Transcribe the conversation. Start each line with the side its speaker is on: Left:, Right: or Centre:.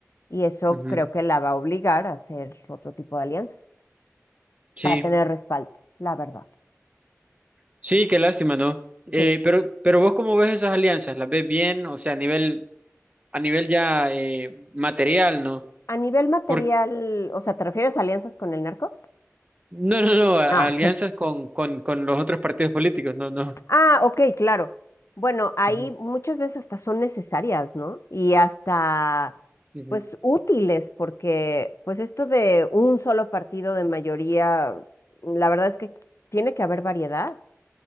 Left: Y eso
Right: ujú.
Left: creo que la va a obligar a hacer otro tipo de alianzas
Right: Sí.
Left: para tener respaldo, la verdad.
Right: Sí, qué lástima, ¿no? Eh,
Left: Sí.
Right: pero, pero vos cómo ves esas alianzas, ¿las ves bien? O sea, a nivel, a nivel ya eh, material, ¿no?
Left: A nivel material,
Right: Por,
Left: o sea, ¿te refieres a alianzas con el narco?
Right: no, no, no, a-
Left: No.
Right: alianzas con, con, con los otros partidos políticos, no, no.
Left: Ah, ok, claro. Bueno, ahí
Right: Ujú,
Left: muchas veces hasta son necesarias, ¿no? Y hasta,
Right: ujú.
Left: pues, útiles, porque, pues, esto de un solo partido de mayoría, la verdad es que tiene que haber variedad,